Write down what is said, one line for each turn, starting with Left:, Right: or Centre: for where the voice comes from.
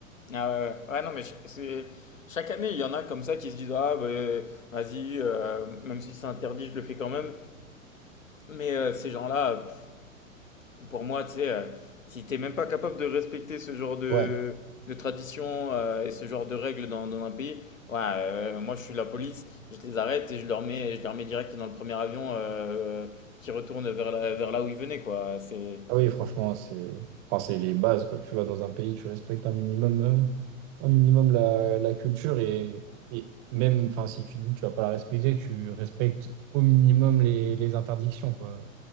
Left: Ah ouais, ouais. Ouais, non, mais ch- c'est, chaque année, il y en a comme ça qui se disent, ah, bah, vas-y, euh, même si c'est interdit, je le fais quand même. Mais euh, ces gens-là, pff, pour moi, tu sais, euh, si t'es même pas capable de respecter ce genre de,
Right: Ouais.
Left: de tradition euh, et ce genre de règles dans, dans un pays, ouais, euh, moi je suis la police, je les arrête et je leur mets, je les remets direct dans le premier avion euh, qui retourne vers là, vers là où ils venaient, quoi. C'est,
Right: Ah oui, franchement, c'est, enfin, c'est les bases, quoi. Tu vas dans un pays, tu respectes un minimum, euh, un minimum la, la culture et, et même, enfin, si tu dis que tu vas pas la respecter, tu respectes au minimum les, les interdictions, quoi.